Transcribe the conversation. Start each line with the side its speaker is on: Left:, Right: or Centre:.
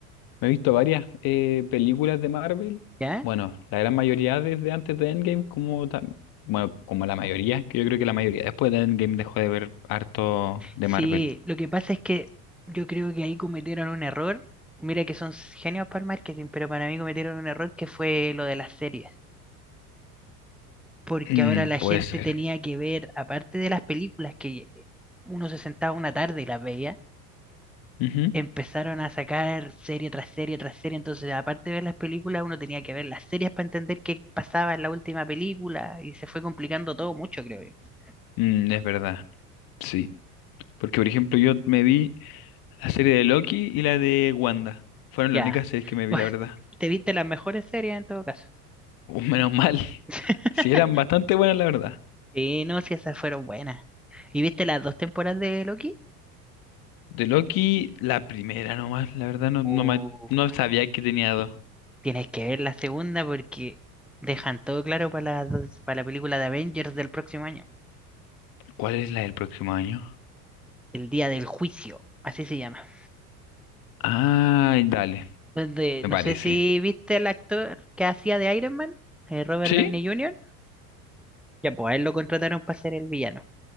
Left: Me he visto varias eh, películas de Marvel.
Centre: ¿Ya?
Left: Bueno, la gran mayoría desde antes de Endgame, como tam- bueno, como la mayoría, que yo creo que la mayoría después de Endgame dejó de ver harto de
Centre: Sí,
Left: Marvel.
Centre: lo que pasa es que yo creo que ahí cometieron un error. Mira que son genios para el marketing, pero para mí cometieron un error que fue lo de las series. Porque
Left: Mm,
Centre: ahora la
Left: puede
Centre: gente
Left: ser.
Centre: tenía que ver, aparte de las películas que uno se sentaba una tarde y las veía,
Left: Ujú.
Centre: empezaron a sacar serie tras serie tras serie. Entonces, aparte de ver las películas, uno tenía que ver las series para entender qué pasaba en la última película y se fue complicando todo mucho, creo yo.
Left: Mm, es verdad. Sí. Porque, por ejemplo, yo me vi la serie de Loki y la de Wanda. Fueron
Centre: Ya,
Left: las únicas series
Centre: <laughs>
Left: que me vi,
Centre: bueno,
Left: la verdad. <laughs>
Centre: te viste las mejores series en todo caso.
Left: Uh, menos mal.
Centre: <laughs>
Left: Sí, eran bastante buenas, la verdad.
Centre: Sí, no, si esas fueron buenas. ¿Y viste las dos temporadas de Loki?
Left: De Loki, la primera nomás, la verdad, no, no,
Centre: Uh,
Left: me- no sabía que tenía dos.
Centre: tienes que ver la segunda porque dejan todo claro para la, para la película de Avengers del próximo año.
Left: ¿Cuál es la del próximo año?
Centre: El día del juicio, así se llama.
Left: Ay, dale,
Centre: Donde,
Left: me
Centre: no
Left: parece.
Centre: sé si viste al actor que hacía de Iron Man, eh, Robert
Left: ¿Sí?
Centre: Downey Jr. Ya, pues a él lo contrataron para ser el villano.